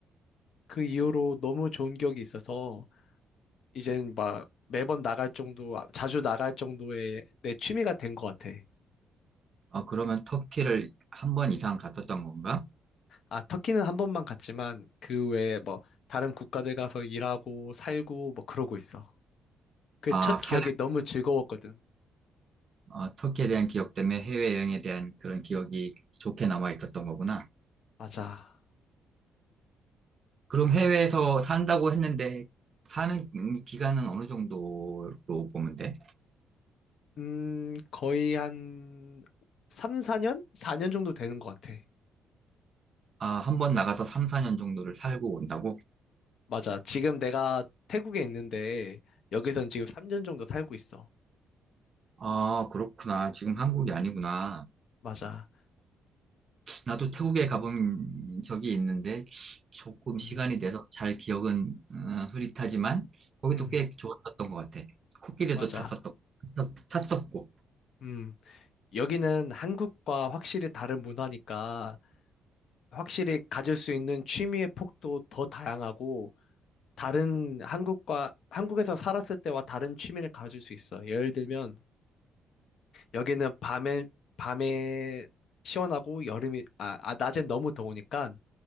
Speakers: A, on the left; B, on the right.
A: 그 이후로 너무 좋은 기억이 있어서 이젠 막 매번 나갈 정도, 아, 자주 나갈 정도의 내 취미가 된 것 같아.
B: 아, 그러면 터키를 한 번 이상 갔었던 건가?
A: 아, 터키는 한 번만 갔지만 그 외에 뭐 다른 국가들 가서 일하고 살고 뭐 그러고 있어. 그
B: 아,
A: 첫
B: 사회
A: 기억이 너무 즐거웠거든.
B: 어, 터키에 대한 기억 때문에 해외여행에 대한 그런 기억이 좋게 남아 있었던 거구나.
A: 맞아.
B: 그럼 해외에서 산다고 했는데, 사는 음, 기간은 어느 정도로 보면 돼?
A: 음, 거의 한 3, 4년? 4년 정도 되는 것 같아.
B: 아, 한 번 나가서 3, 4년 정도를 살고 온다고?
A: 맞아. 지금 내가 태국에 있는데, 여기선 지금 3년 정도 살고 있어.
B: 아, 그렇구나. 지금 한국이 아니구나.
A: 맞아.
B: 나도 태국에 가본 적이 있는데, 조금 시간이
A: 음,
B: 돼서 잘 기억은 어, 흐릿하지만, 거기도
A: 음,
B: 꽤 좋았었던 것 같아. 코끼리도
A: 맞아.
B: 탔었던, 탔- 탔었고.
A: 음, 여기는 한국과 확실히 다른 문화니까, 확실히 가질 수 있는 취미의 폭도 더 다양하고, 다른 한국과, 한국에서 살았을 때와 다른 취미를 가질 수 있어. 예를 들면, 여기는 밤에, 밤에 시원하고 여름이, 아, 아, 낮엔 너무 더우니까